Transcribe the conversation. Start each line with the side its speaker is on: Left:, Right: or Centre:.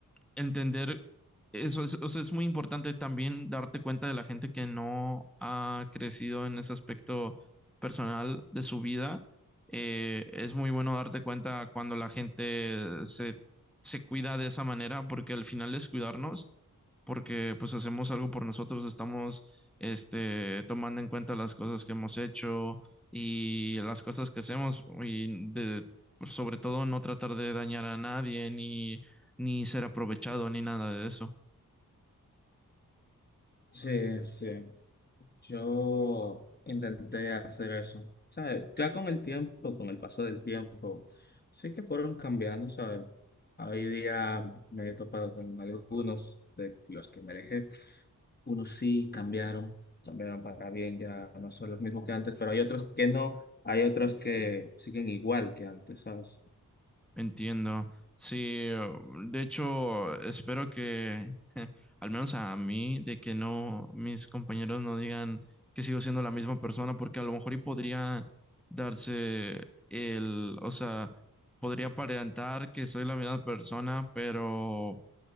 Centre: entender eso es, o sea, es muy importante también darte cuenta de la gente que no ha crecido en ese aspecto personal de su vida. Eh, es muy bueno darte cuenta cuando la gente se, se cuida de esa manera, porque al final es cuidarnos, porque pues hacemos algo por nosotros, estamos este, tomando en cuenta las cosas que hemos hecho y las cosas que hacemos y de, pues, sobre todo no tratar de dañar a nadie ni ni ser aprovechado ni nada de eso.
Left: sí, sí. Yo intenté hacer eso, ¿sabes? Ya con el tiempo, con el paso del tiempo, sí que fueron cambiando, ¿sabes? Hoy día me he topado con algunos de los que me alejé. Unos sí cambiaron, cambiaron para bien, ya no son los mismos que antes, pero hay otros que no, hay otros que siguen igual que antes, ¿sabes?
Centre: Entiendo. Sí, de hecho, espero que, al menos a mí, de que no, mis compañeros no digan que sigo siendo la misma persona, porque a lo mejor y podría darse el, o sea, podría aparentar que soy la misma persona, pero